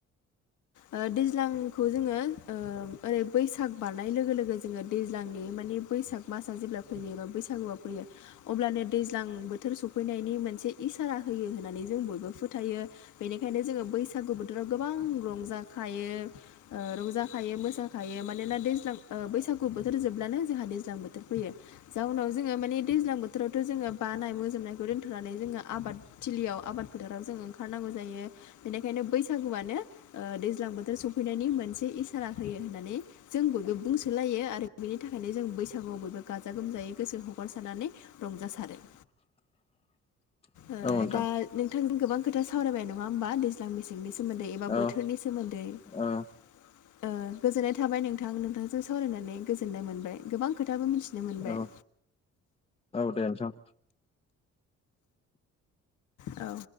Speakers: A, on the left; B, on the left.
A: ओ दैज्लांखौ जोंङो ओ ओरै बैसाग बारनाय लोगो लोगो जोंङो दैज्लांनि माने बैसाग मासआ जेब्ला फैयो एबा बैसागुआव फैयो अब्लानो दैज्लां बोथोर सफैनायनि मोनसे इसारा होयो होननानै जों बयबो फोथायो। बेनिखायनो जोङो बैसागु बोथोराव गोबां रंजाखायो। ओ रंजाखायो मोसाखायो मानोना दैज्लां ओ बैसागु बोथोर जोबब्लानो जोंहा दैज्लां बोथोर फैयो। जाउनाव जोङो माने दैज्लां बोथोरावथ' जोङो बानाय मोजोमनायखौ दोनथ'नानै जोङो आबाद थिलियाव आबाद फोथाराव जों ओंखारनांगौ जायो बेनिखायनो बैसागुआनो ओ दैज्लां बोथोर सफैनायनि मोनसे इसारा होयो होननानै जों बयबो बुंसोलायो आरो बेनि थाखायनो जों बैसागुआव बयबो गाजा गोमजायै गोसो हगारसारनानै रंजासारो।
B: <inaudible>
A: ओ
B: औ नोंथां
A: दा नोंथांजों गोबां खोथा सावरायबाय नङा होमबा दैज्लां मेसेंनि सोमोन्दै एबा
B: औ
A: बो थोरनि सोमोन्दै। ओ
B: औ
A: गोजोननाय थाबाय नोंथां नोंथां जों सावरायनानै गोजोननाय मोनबाय गोबां खोथाबो मिथिनो मोनबाय।
B: औ औ दे नोंथां।
A: औ।